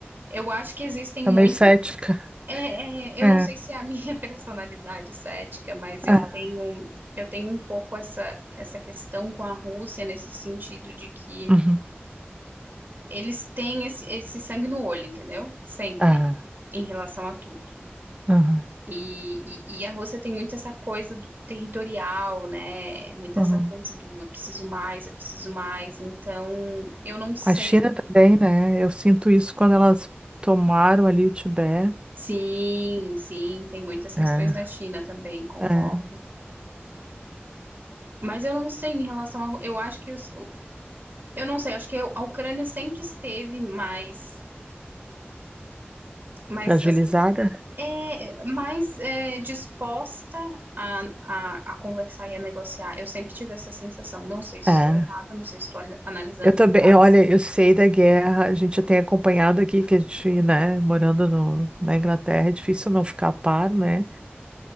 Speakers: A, on the right; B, on the right.
A: Eu acho que existem
B: Tá
A: muitos
B: meio cética.
A: É, é,
B: É.
A: eu não sei se é a minha <laughs> personalidade cética, mas eu
B: Ah,
A: tenho eu tenho um pouco essa essa questão com a Rússia nesse sentido de que
B: uhum.
A: eles têm esse, esse sangue no olho, entendeu? Sempre
B: Ah,
A: em relação a tudo.
B: uhum.
A: E, e, e a Rússia tem muito essa coisa do territorial, né? Muito
B: uhum.
A: essa coisa do eu preciso mais, eu preciso mais. Então, eu não sei.
B: A China também, né? Eu sinto isso quando elas tomaram ali o Tibete.
A: Sim, sim, tem muitas questões
B: É,
A: da China também, concordo.
B: é,
A: Mas eu não sei em relação a. Ru- Eu acho que. os- Eu, eu não sei, acho que a Ucrânia sempre esteve mais. Mais,
B: fragilizada.
A: assim. É, mais é, disposta a, a, a conversar e a negociar. Eu sempre tive essa sensação. Não sei se
B: É.
A: estou errada, não sei se estou ali- analisando
B: Eu também,
A: o que falta.
B: eu- olha, eu sei da guerra, a gente já tem acompanhado aqui que a gente, né, morando no, na Inglaterra, é difícil não ficar a par, né?